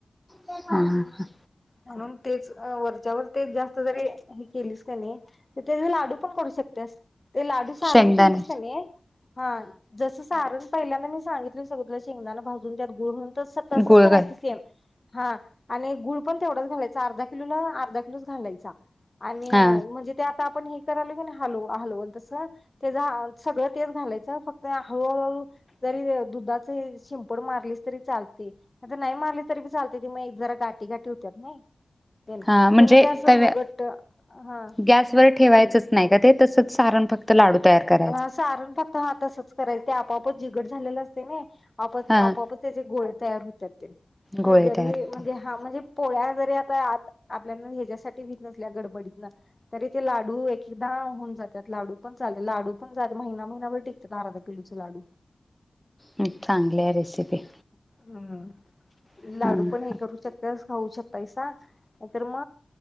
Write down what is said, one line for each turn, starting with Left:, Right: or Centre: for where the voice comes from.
Centre: हम हम ह.
Left: म्हणून, तेच अं वरच्यावर तेच जास्त जरी हे केलीस का नी म त्याचे लाडू पण करू शकतेस. ते लाडू सारण
Centre: शेंगदाणे
Left: केलीस का नी, हा जसं सारण पयल्यांदा मी सांगितलं सगळ शेंगदानं भाजून त्यात गुळ हुन त स तसंच
Centre: गुळ
Left: करायचं
Centre: घाल
Left: सेम. हा आणि गुळ पण तेवढाच घालायचा अर्धा किलोला अर्धा किलोच घालायचा. आणि,
Centre: हा
Left: म्हणजे ते आता आपण हे करालो की नी हलव हलवुन तसं त्याचा सगळं तेच घालायचं फक्त हळूहळू हळु जरी दुधाची शिंपड मारलीस तरी चालते. आता नई मारली तरी बी चालतंय ती म एक् जरा गाठी गाठी होत्यात नई तेण
Centre: हा म्हणजे
Left: ते असं
Centre: तव्या
Left: मग घट्ट हा
Centre: गॅसवर ठेवायचचं
Left: ते
Centre: नाई का ते तसचं सारण फक्त लाडू तयार करा
Left: हं सारण फक्त हं तसच करायचं ते आपोआपच जिगड झालेलं असतंय व्हय. आप आपोआपच
Centre: हा
Left: त्याचे गोळे तयार होत्यात ते, म
Centre: गोळे
Left: जरी
Centre: तयार होतात
Left: म्हणजे हा म्हणजे पोळ्या जरी आता आत आपल्यानं ह्याच्यासाठी बीनसल्या गडबडीतनं तरी ते लाडू एकेकदा होऊन जातात लाडू पण चाले लाडू हुण जात महिना महिनाभर टिकत्यात अर्धा किलोचे लाडू.
Centre: हुं चांगलीय रेसिपी.
Left: हम्म
Centre: हा.
Left: लाडू पण हे करू शकत्यास खाऊ शकतायसा नाई तर म